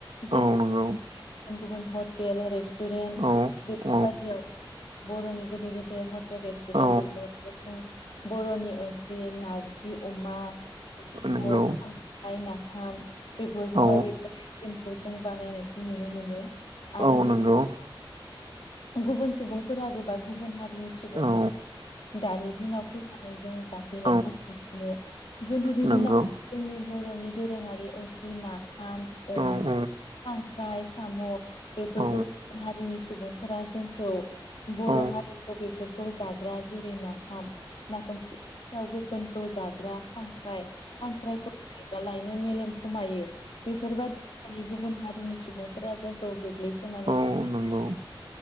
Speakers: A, on the right; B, on the left.
A: औ
B: गुबुन
A: नंगौ
B: गुबुन हटेल रेहथुरेनट रेस्टुरेन्ट
A: औ
B: बेफोरबायदियाव
A: औ
B: बर'नि गेदेर गेदिर हथेल जेरै रेस्टुरेन्ट
A: औ
B: बेफोरावबो जों बर'नि ओंख्रि नारजि अमा साम
A: नंगौ
B: खांख्राय नाफाम बेफोरखौहाय
A: औ
B: बेफोर आइटेमखौ जों बानायनायखौ नुनो मोनो आरो
A: औ
B: बे
A: नंगौ
B: गुबुन सुबुंफोराबो बा गुबुन हारि सुबुंफोर
A: औ
B: दानि दिनाव फैनानै जोङो जाफैनायखौ
A: औ
B: नुनो मोनो गोदोनि
A: नंगौ
B: दिनाव जोंनि बर'नि दोरोङारि ओंख्रि नाफाम अमा
A: औ औ
B: खांख्राइ साम' बेफोरखौ
A: औ
B: गुबुन हारिनि सुबुंफोरा जोंखौ बर'
A: औ
B: हारि बेफोरखौ जाग्रा जेरै नाफाम नाफामखौ गेसाव फोनखौ जाग्रा खांख्राइ खांख्राइखौ जायोब्ला लायनो मेलेम खमायो बेफोरबायदि होननानै गुबुन हारिनि सुबुंफोरा जोंखौ गोग्लैसोनानै
A: औ
B: थानाय
A: नंगौ